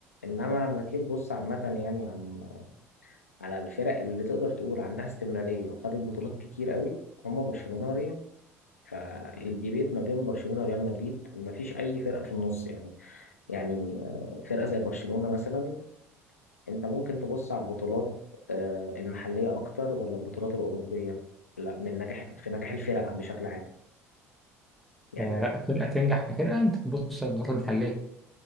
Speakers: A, on the left; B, in the centre.
A: انما لما تيجي تبص عامه يعني عن على الفرق اللي تقدر تقول عندها استمرارية وخدت بطولات كتير قوي هما برشلونة وريال فالديبيت ما بين برشلونة وريال مدريد ما فيش أي فرقة في النص يعني يعني آه، فرقة زي برشلونة مثلا أنت ممكن تبص على البطولات آه، المحلية أكتر ولا البطولات الأوروبية لا من نجاح في نجاح الفرق بشكل عام يعني
B: فلا فرقة تنجح كفرقة أنت تبص على البطولات المحلية